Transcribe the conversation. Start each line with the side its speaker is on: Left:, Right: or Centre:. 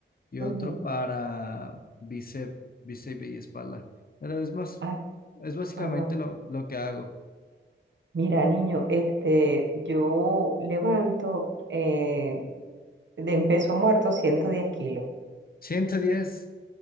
Left: y
Right: Ujú.
Left: otro para bíceps, bíceps y espalda. Pero es más,
Right: Ay,
Left: es básicamente
Right: ajá.
Left: lo, lo que hago.
Right: Mira, niño, este, yo levanto eh, de en peso muerto 110 kilos.
Left: ciento diez